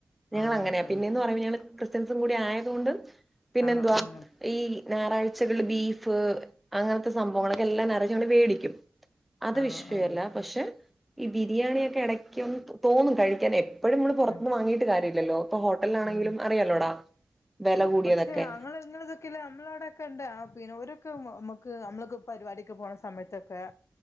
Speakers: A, in the centre; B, on the left (about 60°).
A: ഞങ്ങളങ്ങനെയാ
B: അങ്ങനെ സം
A: പിന്നെന്ന് പറയുമ്പോൾ ഞങ്ങള് ക്രിസ്ത്യ <unintelligible> കൂടെ ആയതുകൊണ്ട് പിന്നെ
B: ആഹ്
A: എന്തുവാ
B: ആഹ്
A: ഈ ഞായറാഴ് ച്ചകള് ബീഫ് അങ്ങനത്തെ സംഭവങ്ങളൊക്കെ എല്ലാംഞായറാഴ്ചയുംഇവിടെ വേടിക്കും. അത്
B: ആഹ്
A: വിഷയല്ല
B: ആഹ്
A: പക്ഷെ ഈ ബിരിയാണിയൊക്കെ എടക്കൊന്ന് തോന്നും കഴിക്കാൻ എപ്പ് എപ്പഴും മ്മള് പുറത്തുനിന്ന്
B: ഉം
A: വാങ്ങിയിട്ട് കാര്യയില്ലല്ലോ ഇപ്പ ഹോട്ടലിലാണെങ്കിലും
B: ഉം
A: അറിയാലോടാ വില കൂടിയതൊക്കെ
B: പക്ഷെ അങ്ങള് ഇങ്ങനതൊക്കെല്ല നമ്മള അവിടടൊക്കെ ഉണ്ട് ആപിന്നെ ഒരു ക്ക് മ്മക്ക് മ്മക്ക് നമ്മളൊക്കെ പരിപാടിക്ക് പോണ സമയത്തൊക്കെ